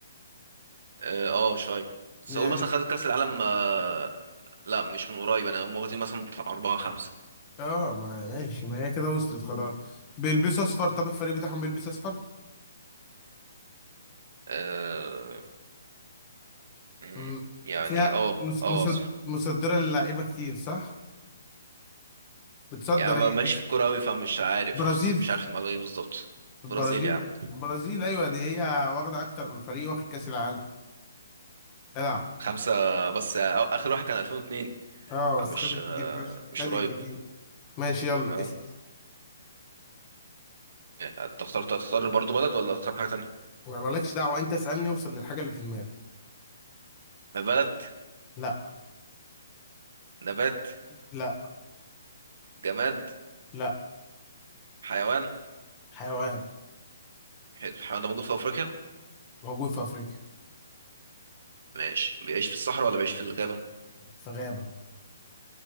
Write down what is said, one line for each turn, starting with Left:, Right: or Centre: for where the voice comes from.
Right: اه آه، شويه سؤال
Left: يعني
Right: مثلا خدت كاس العالم أه لا مش من قريب انا هم واخدين مثلا بتاع اربعه خمسه
Left: اه ما ماشي ما هي كده وصلت خلاص بيلبسوا اصفر طب الفريق بتاعهم بيلبس اصفر
Right: أه مم،
Left: مم.
Right: يعني
Left: فيها
Right: اه
Left: مس-
Right: اه
Left: مصد- مصدره للعيبه كتير صح بتصدر
Right: يعني ما-
Left: هي
Right: ماليش
Left: هي-
Right: في الكورة أوي فمش عارف
Left: برازيل
Right: مش عارف المعلومة دي بالظبط برازيل
Left: البرازيل
Right: يعني
Left: البرازيل ايوه دي هي واخده اكتر من فريق واخد كاس العالم العب
Right: خمسة بس آه، آخر واحد كان 2002
Left: اه
Right: فمش
Left: بس خدت
Right: آه،
Left: كتير فشخ
Right: مش
Left: خدت
Right: قريب
Left: كتير ماشي يلا
Right: اه
Left: اسال
Right: انت اخترت تختار برضو بلد ولا تختار حاجة تانية
Left: ما مالكش دعوه انت اسالني اوصل للحاجه اللي في دماغي
Right: بلد
Left: لا
Right: نبات
Left: لا
Right: جماد
Left: لا
Right: حيوان
Left: حيوان
Right: حلو الحيوان ده موجود في أفريقيا
Left: موجود في افريقيا
Right: ماشي بيعيش في الصحراء ولا بيعيش في الغابة
Left: في غابه